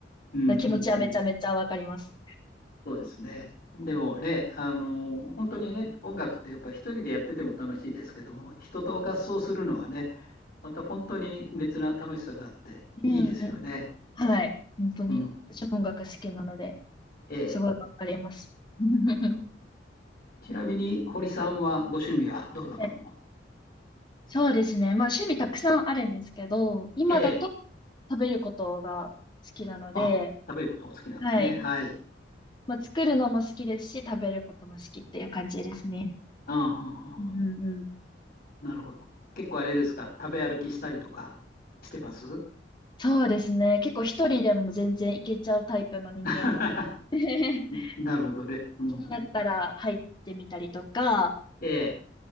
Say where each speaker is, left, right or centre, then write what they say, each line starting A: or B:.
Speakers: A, on the left; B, on the left.
A: うん、
B: ら気持ちはめちゃめちゃわかります。
A: うん、うん。そうですね。でもね、
B: うん。
A: あの、本当にね、音楽ってやっぱ一人でやってても楽しいですけども、人と合奏するのはね、また本当に別な楽しさがあっていいですよね。
B: うんうん。はい。本当に。
A: うん。うん
B: 私も音楽好きなので、
A: ええ、
B: すごいわかります。<laughs>
A: なるほど。ちなみに、堀さんはご趣味はどんなものを
B: えそうですね。まあ趣味たくさんあるんですけど、今だと
A: ええ。
B: 食べることが好きなので、
A: あ、食べることお好きなんですね。
B: はい。
A: はい。
B: まあ作るのも好きですし、食べることも好きっていう感じですね。
A: うん、うん、う
B: うんうんうん。
A: んうん。なるほど。結構あれですか、食べ歩きしたりとかしてます
B: そうですね。結構一人でも全然いけちゃうタイプの人間なので、
A: <laughs>
B: <laughs>
A: なるほどね。うん、うんうん。
B: だったら入ってみたりとか、
A: ええ、